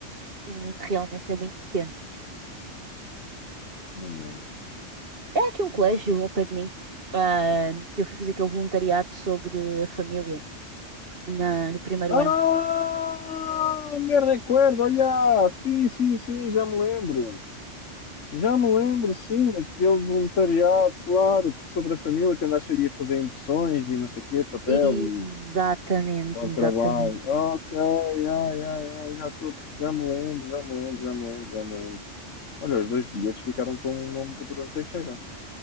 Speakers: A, on the right; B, on the left.
A: o mundo realmente é muito pequeno.
B: Não me lembro.
A: É aqui um colégio ao pé de mim ah, que eu fui fazer aquele voluntariado sobre a família na- no primeiro
B: Ah,
A: ano.
B: me recuerdo, olha, sim, sim, sim, já me lembro. Já me lembro, sim, aquele voluntariado, claro, que sobre a família que andaste aí a fazer impressões e não sei o quê, de papel
A: Exatamente,
B: e para o trabalho.
A: exatamente.
B: Ok, ai, ai, ai, já estou, a perce- já me lembro, já me lembro, já me lembro, já me lembro. Olha, os dois bilhetes ficaram com o nome de Bruno Teixeira,